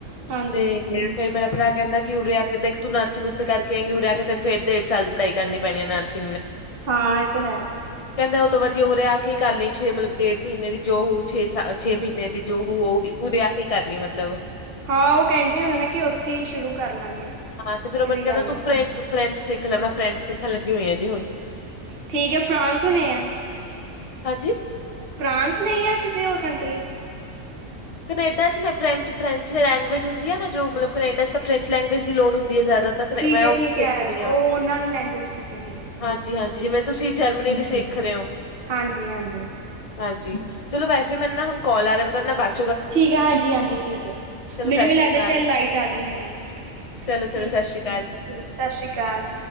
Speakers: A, on the right (about 45°); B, on the left (about 30°).
A: ਹਾਂਜੀ
B: ਤੇ ਫਿਰ ਮੇਰਾ, ਲੈ ਕਹਿੰਦਾ ਕਿ ਉਰੇ ਆ ਕੇ ਦੇਖ ਤੂੰ ਨਾ ਸੀ ਉੱਥੇ ਕਰਕੇ ਉਹ ਰਿਹਾ ਕਿਤੇ ਫੇਰ ਡੇਢ ਸਾਲ ਦੀ ਪੜਾਈ ਕਰਨੀ ਪੈਣੀ ਨਰਸ,
A: ਹਾਂ ਇਹ ਤੇ ਹੈ,
B: ਕਹਿੰਦਾ ਉਹਤੋਂ ਵਧੀਆ ਹੋ ਰਿਹਾ ਕੀ ਕਰ ਲਈ ਛੇ ਮਤਲਬ ਡੇਢ ਮਹੀਨੇ, ਮੈਂ ਵੀ ਦੋ ਛੇ ਮਹੀਨੇ ਦੀ ਜੋ ਰਿਹਾ ਕੇ ਕਰ ਲਈ ਮਤਲਬ,
A: ਹਾਂ ਉਹ ਕਹਿੰਦੇ ਹਦੇ ਹੋਣੇ ਐ ਕਿ ਉੱਥੇ ਹੀ ਸ਼ੁਰੂ ਕਰ ਲਾਂਗੇ।
B: ਹਾਂ ਤੇ ਫਿਰ ਉਹ
A: ਇਹ
B: ਮੈਨੂੰ
A: ਵੀ
B: ਕਹਿੰਦਾ
A: ਗੱਲ
B: ਤੂੰ
A: ਹੈ
B: ਫੈਂਚ ਫਰੈਂਚ ਸਿੱਖ ਲੈ ਮੈਂ ਫਰੈਂਚ ਸਿੱਖਣ ਲੱਗੀ ਹੋਈ ਹਾਂ ਜੀ ਹੁਣ
A: ਠੀਕ ਹੈ ਫਰਾਂਸ ਹੋਣੇ ਆ
B: ਹਾਂਜੀ
A: ਫਰਾਂਸ ਨੇ ਆ ਕਿਸੇ ਹੋਰ ਕੰਟਰੀ
B: ਕੈਨੇਡਾ ਚ ਨਾ ਫਰੈਂਚ-ਫਰੈਂਚ ਲੈਂਗੁਏਜ ਹਦੀ ਹੈ ਨਾ ਜੋ ਮਤਲਬ ਕੈਨੇਡਾ ਚ ਤਾਂ ਫਰੈਂਚ ਲੈਂਗੁਏਜ ਦੀ ਲੋੜ ਹੁੰਦੀ ਜ਼ਿਆਦਾ ਤੱਕ
A: ਠੀਕ
B: ਮੈਂ
A: ਹੈ
B: ਉਹ
A: ਠੀਕ
B: ਸਿੱਖ
A: ਹੈ
B: ਰਹੀ
A: ਉਹ
B: ਹਾਂ,
A: ਉਹਨਾਂ ਦੀ ਲੈਂਗੁਏਜ ਠੀਕ ਹੈ ਠੀਕ ਹੈ
B: ਹਾਂਜੀ-ਹਾਂਜੀ ਜਿਵੇਂ ਤੁਸੀਂ ਜਰਮਨੀ ਸਿੱਖ ਰਹੇ ਹੋ
A: ਹਾਂਜੀ-ਹਾਂਜੀ,
B: ਹਾਂਜੀ ਚਲੋ ਵੈਸੇ ਮੈਨੂੰ ਨਾ ਹੁਣ ਕੋਲ ਆ ਰਿਹਾ ਮੈਂ ਤੁਹਾਡੇ ਨਾਲ ਬਾ
A: ਠੀਕ ਹੈ ਹਾਂਜੀ-ਹਾਂਜੀ ਠੀਕ ਹੈ
B: ਚਲੋ
A: ਮੈਨੂੰ
B: ਸਤਿ
A: ਵੀ ਲੱਗਦਾ
B: ਸ਼੍ਰੀ ਅਕਾਲ
A: ਸ਼ਾਇਦ ਲਾਈਟ ਆ ਗਈ ਮੇਰੀ
B: ਚਲੋ ਚਲੋ
A: ਠੀਕ
B: ਸਤਿ
A: ਹੈ
B: ਸ਼੍ਰੀ ਅਕਾਲ
A: ਠੀਕ, ਸਤਿ ਸ੍ਰੀ ਅਕਾਲ